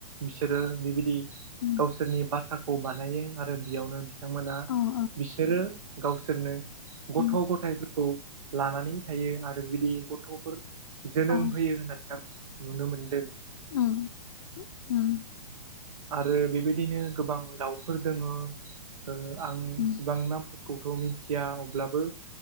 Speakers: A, on the right (about 65°); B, on the left (about 65°).
A: बिसोरो बेबादि
B: उम
A: गावसोरनि बासाखौ बानायो आरो बेयावनो। बिथांमोना
B: औ औ
A: बिसोरो गावसोरनो गथ'
B: उम
A: गथायाइफोरखौ। लानानै थायो आरो बिदि गथ'फोर जोनोम
B: औ
A: होयो होननानै। नुनो मोनदों।
B: उम उम।
A: आरो बेबायदिनो गोबां दाउफोर दोङो आं ओ
B: उम
A: इसिबांना। फोरखौथ मिथिया अब्लाबो